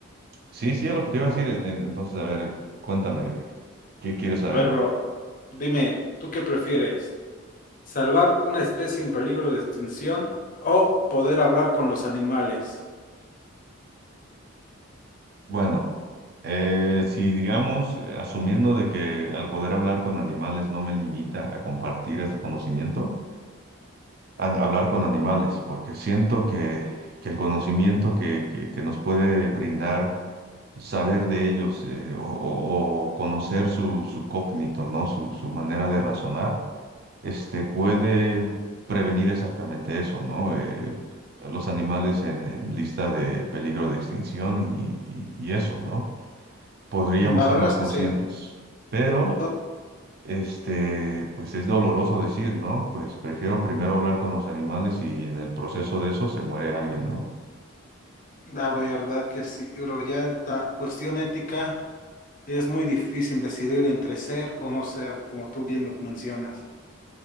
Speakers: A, on the right (about 45°); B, on the left (about 40°).
A: sí, sí, es lo que te iba a decir. en- en- Entonces, a ver, cuéntame, ¿qué quieres saber?
B: A ver, bro, dime, ¿tú qué prefieres? ¿Salvar una especie en peligro de extinción o poder hablar con los animales?
A: Bueno, eh, si digamos, eh, asumiendo de que al poder hablar con animales no me limita a compartir este conocimiento, a- hablar con animales, porque siento que, que el conocimiento que, que que nos puede brindar saber de ellos eh, o, o- o conocer su, su cógnito, ¿no? Su, su manera de razonar, este, puede prevenir exactamente eso, ¿no? Eh, los animales en, en lista de peligro de extinción y, y- y eso, ¿no? Podríamos
B: La
A: ser
B: verdad
A: más
B: es
A: conscientes,
B: que sí.
A: pero,
B: Yo,
A: este, pues es doloroso decir, ¿no? Pues prefiero primero hablar con los animales y en el proceso de eso se muere alguien, ¿no?
B: la verdad que sí, bro ya esta cuestión ética es muy difícil decidir entre ser o no ser, como tú bien lo mencionas.